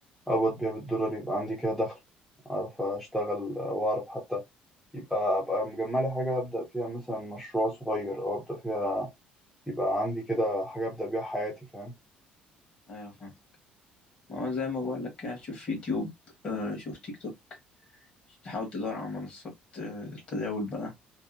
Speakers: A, in the centre; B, on the left (about 35°).
A: أقبض بيها بالدولار يبقى عندي كده دخل أعرف أشتغل وأعرف حتى يبقى أبقى مجملي حاجة أبدأ فيها مثلا مشروع صغير أو أبدأ فيها يبقى عندي كده حاجة أبدأ بيها حياتي فاهم
B: ايوه فاهم ما هو زي ما بقول لك كده شوف يوتيوب آه شوف تيك توك تحاول تدور على منصات آه التداول بقى